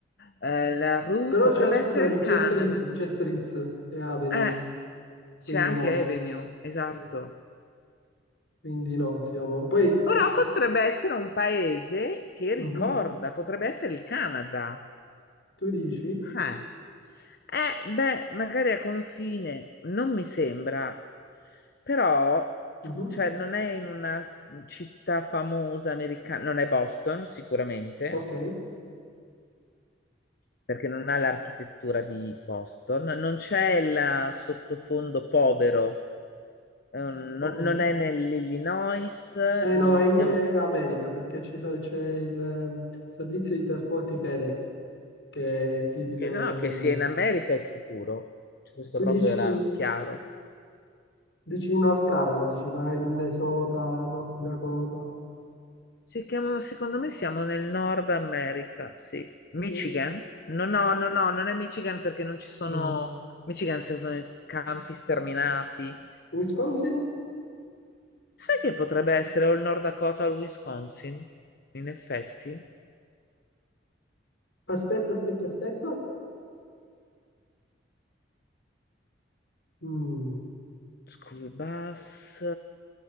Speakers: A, on the left (about 55°); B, on the left (about 70°).
A: Eh, la Rue
B: Però
A: potrebbe
B: c'è, scusami,
A: essere il
B: c'è
A: Canada.
B: street, c'è streets e avenue,
A: Eh, c'è
B: quindi
A: anche
B: no.
A: Avenue, esatto.
B: Eh, Quindi no, siamo... Poi,
A: Però potrebbe essere un paese che ricorda,
B: mhm,
A: potrebbe essere il Canada.
B: tu dici?
A: Eh, Eh, beh, magari a confine, non mi sembra, però,
B: Mhm,
A: cioè, non è in una città famosa americana, non è Boston sicuramente,
B: Ok,
A: perché non ha l'architettura di Boston, non c'è il sottofondo povero Eh, non,
B: ok.
A: non è nell'Illinois,
B: Eh
A: non
B: no, è, in,
A: siamo...
B: è America, perché c'è c'è il ehm, servizio di trasporti FedEx, che è tipico
A: Che, no, che
B: in
A: sia
B: America.
A: in America è sicuro. Cioè, questo
B: Tu
A: proprio
B: dici
A: era chiaro.
B: vicino al Canada, dici magari Minnesota, North Dakota?
A: Si chiama- secondo me siamo nel Nord America, sì. Michigan?
B: Sì?
A: No, no, no, no, non è Michigan perché non ci sono...
B: No.
A: Michigan si usano i campi sterminati.
B: Wisconsin?
A: Sai che potrebbe essere o il Nord Dakota o il Wisconsin? In effetti.
B: Aspetta, aspetta, aspetta. Mm.
A: School bus.